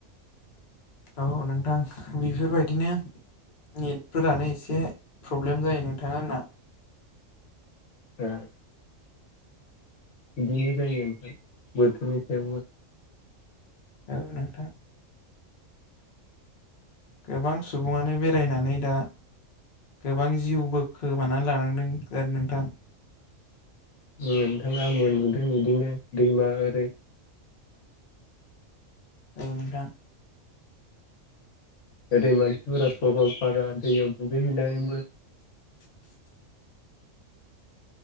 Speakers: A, on the left; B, on the left.
A: औ नोंथां बेफोरबायदिनो नेटफोरानो एसे प्रब्लेम जायो नोंथां आंना
B: ओ बिदिनो जायो ओमफ्राय बोथोरनि सायावबो
A: औ नोंथां गोबां सुबुङानो बेरायनानै दा गोबां जिउ बोखोमानानै लानांदों आरो नोंथां।
B: नोंथाङा मोनबोदों बिदिनो दैमा ओरै
A: औ नोंथां
B: गोदै मानसिफोरा सरलफारा दैयाव दुगैहैनानैबो
A: <inaudible>